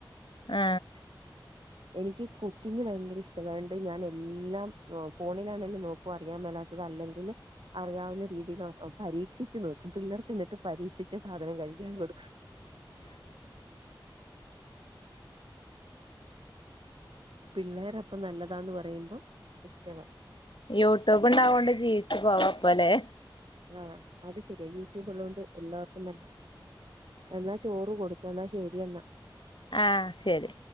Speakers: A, on the left; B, on the right.
A: ആ
B: എനിക്ക് കുക്കിംഗ് ഭയങ്കര ഇഷ്ടം വേണ്ട ഞാൻ എല്ലാം ഫോണിലാണെല്ലാം നോക്കും അറിയാൻ മേലാത്തത് അല്ലെങ്കിൽ അറിയാവുന്ന രീതിയില് പരീക്ഷിച്ചു നോക്കും പിള്ളേർക്ക് എന്നിട്ട് പരീക്ഷിച്ച സാധനം കഴിക്കാൻ കൊടുക്കും. പിള്ളേരപ്പം നല്ലതാന്ന് പറയുമ്പം ഇഷ്ടവാ
A: യൂട്യൂബ് ഉണ്ടാവോണ്ട് ജീവിച്ചു പോവാപ്പോലെ
B: ആ അത് ശരിയ യൂട്യൂബ് ഉള്ളതുകൊണ്ട് എല്ലാ ഒന്നല്ല എന്നാ ചോറ് കൊടുത്തോ എന്നാ ശരി എന്ന
A: ആ ശരി